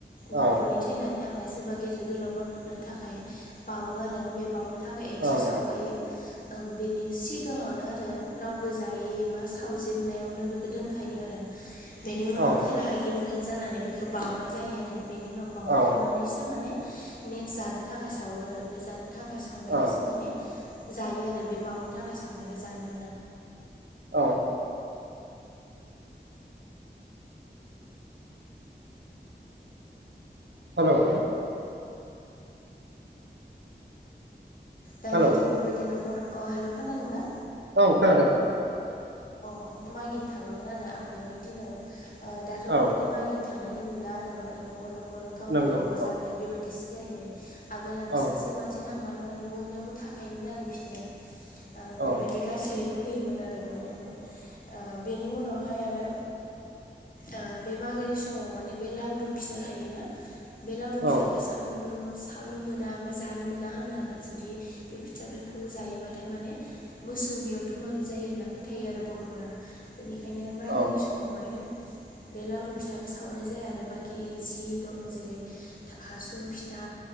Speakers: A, on the left; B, on the right.
A: न'खरनि
B: औ ओं
A: थैनानै थांनाय सोरबा गेदेर गोलावफोरनो थाखाय बावो आरो बे बावनो थाखाय एक्स्रा
B: ओं
A: सावखायो ओं बेनि सिगाङावनो आरो रावबो जायि एबा सावजेननायावनो बेखौ दोनखायो आरो बेनि उनाव
B: औ
A: खोलाहाखै मो- खां जानानै बेखौ बाउनाय जायो आरो बेनि उनाव बाउखांनानैसो
B: औ
A: माने नेक्स्ट जानो थाखाय सावो आरो बे जानो थाखाय सावनायखोसो
B: ओं
A: माने जायो आरो बे बावनो थाखाय सावनायखो जानो मोना।
B: औ हेलौ
A: दानियाथ'
B: हेलौ
A: बेबायदि न'खर अ हेलौ खोनादों ना?
B: औ खेनादों खोनादों।
A: अ अ मागिनो थाङोमोन आरो आगोलनि दिनाव ओ दाथ' बेबायदि
B: औ
A: मागिनो थांनाय बे नुला आरो माने न'खर न'खर गाव
B: नंगौ
A: गावबाागाव जानाय
B: औ
A: बेबायदिसो जाहैबाय। आगोल आरो
B: औ
A: सासे मानसि थांबानो माने बयनियावबो थाखायोमोन आरो फिथाया ओ
B: औ
A: बेबायदि गासैनोबो होयोमोन आरो बयनोबो ओ बेनि उनावहाय आरो ओ बे मागोनि समाव माने बे लावदुम फिथा थायोना बे लावदुम
B: औ
A: फिथाखो सा- सावनो सावनो मोना बा जानो मोना होनो आरोना जुदि बे फोथाफोरखौ जायोबाथाय माने मोसौनियाव दुमालु जायो होनना फोथायो आरो। बर'फोरा बेनिखायनो मागोनि
B: औ
A: समाव माने बे लावदुम फिथाखो सावनाय जाया आरो बाखि जि दं जेरै हासुं फिथा